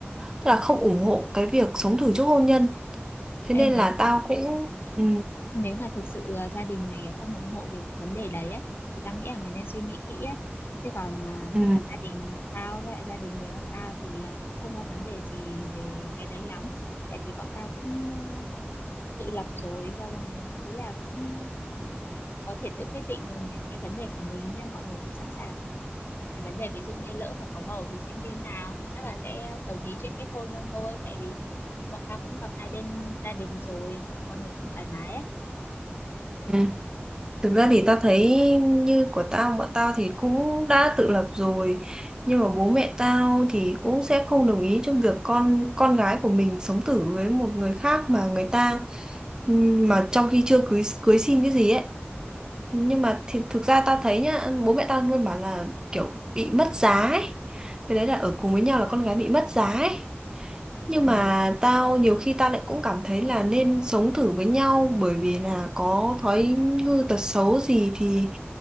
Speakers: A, on the right; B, on the left.
A: tức là không ủng hộ cái việc sống thử trước hôn nhân thế
B: Ê,
A: nên
B: nếu
A: là tao cũng ừ,
B: nếu mà thực sự ờ, gia đình này kiểu không ủng hộ cái vấn đề đấy ấy, thì tao nghĩ là mày nên suy nghĩ kỹ ấy chứ còn ờ,
A: ừ,
B: như là gia đình tao với lại gia đình người yêu tao thì ờ, cũng không có vấn đề gì về cái đấy lắm tại vì bọn tao cũng ờ, tự lập rồi xong rồi ý là cũng có thể tự quyết định được mấy cái vấn đề của mình nên mọi người cũng sẵn sàng mà. cái vấn đề ví dụ như lỡ mà có bầu thì sẽ như thế nào thì chắc là sẽ đồng ý chuyện kết hôn luôn thôi tại vì bọn tao cũng gặp hai bên gia đình rồi mọi người cũng thoải mái ấy
A: ừ. thực ra thì tao thấy như của tao bọn tao thì cũng đã tự lập rồi nhưng mà bố mẹ tao thì cũng sẽ không đồng ý trong việc con con gái của mình sống thử với một người khác mà người ta ừ, mà trong khi chưa cưới cưới xin cái gì ấy nhưng mà thì thực ra tao thấy nhá bố mẹ tao luôn bảo là kiểu bị mất giá ấy. cái đấy là
B: Ừ.
A: ở cùng với nhau là con gái bị mất giá ấy nhưng
B: ừ
A: mà tao nhiều khi tao lại cũng cảm thấy là nên sống thử với nhau bởi vì là có thói hư tật xấu gì thì